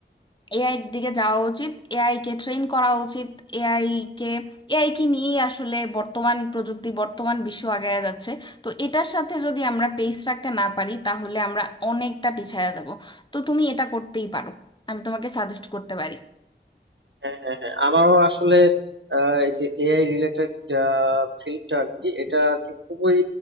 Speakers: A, on the left; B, on the right.
A: এআই এর দিকে যাওয়া উচিত এআই কে ট্রেন করা উচিত এআই কে এআই কে নিয়েই আসলে বর্তমান প্রযুক্তি বর্তমান বিশ্ব আগায়া যাচ্ছে তো এটার সাথে যদি আমরা পেস রাখতে না পারি তাহলে আমরা অনেকটা পিছায়া যাব তো তুমি এটা করতেই পারো আমি তোমাকে সাজেস্ট করতে পারি
B: হ্যাঁ হ্যাঁ হ্যাঁ আমারও আসলে আহ, এই যে এআই রিলেটেড ফিল্ডটা আর কি এটা আর কি খুবই